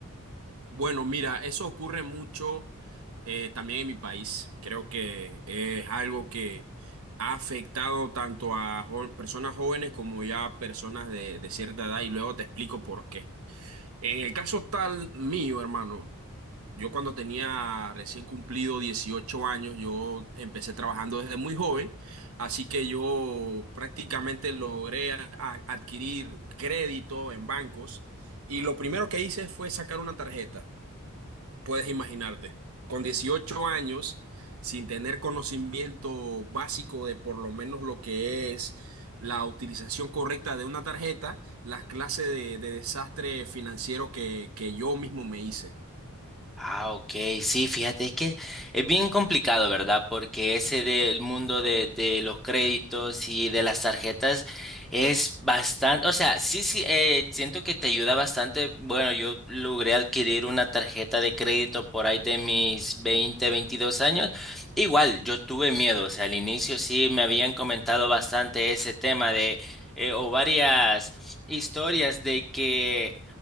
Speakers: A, on the right; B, in the centre.
A: Bueno, mira, eso ocurre mucho eh, también en mi país. Creo que es algo que ha afectado tanto a jo- personas jóvenes como ya a personas de, de cierta edad y luego te explico por qué. En el caso tal mío, hermano, Yo cuando tenía recién cumplido 18 años, yo empecé trabajando desde muy joven, así que yo prácticamente logré a- a- adquirir crédito en bancos y lo primero que hice fue sacar una tarjeta, puedes imaginarte, con 18 años, sin tener conocimiento básico de por lo menos lo que es la utilización correcta de una tarjeta, las clases de, de desastre financiero que, que yo mismo me hice.
B: Ah, ok, sí, fíjate, es que es bien complicado, ¿verdad? Porque ese del mundo de, de los créditos y de las tarjetas es bastante, o sea, sí, sí, eh, siento que te ayuda bastante. Bueno, yo logré adquirir una tarjeta de crédito por ahí de mis veinte, veintidós años. Igual, yo tuve miedo, o sea, al inicio sí me habían comentado bastante ese tema de, eh, o varias historias de que